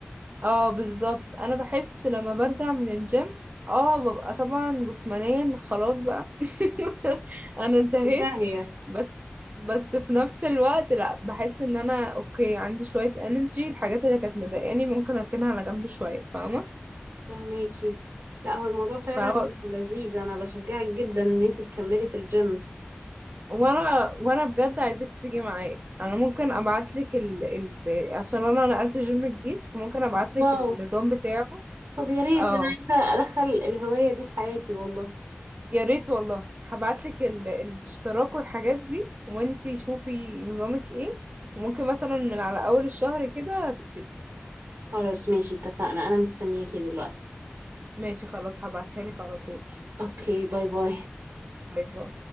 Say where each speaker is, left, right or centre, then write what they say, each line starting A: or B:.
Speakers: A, on the right (about 40°); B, on the right (about 85°).
A: اه بالظبط انا بحس لما برجع من الجيم اه ببقى طبعا جسمانيا خلاص بقى <laughs> انا انتهيت
B: ممتعه هي
A: بس بس في نفس الوقت لا بحس ان انا اوكي عندي شوية انرجي الحاجات اللي كانت مضايقاني ممكن اركنها على جنب شوية فاهمة
B: فهماكي لا هو الموضوع فعلا
A: فهو
B: لذيذ انا بشجعك جدا ان انتي تكملي في الجيم
A: وانا وانا بجد عايزاك تيجي معايا انا ممكن ابعت لك ال... ال... عشان انا نقلت جيم جديد فممكن ابعت لك
B: واو
A: النظام بتاعه
B: طب يا ريت
A: اه
B: انا عايزه ادخل الهوايه دي في حياتي والله
A: يا ريت والله هبعت لك ال... الاشتراك والحاجات دي وانتي شوفي نظامك ايه وممكن مثلا من على اول الشهر كده تبتدي
B: خلاص ماشي اتفقنا انا مستنياكي دلوقتي
A: ماشي خلاص هبعتها لك على طول
B: اوكي باي باي
A: باي باي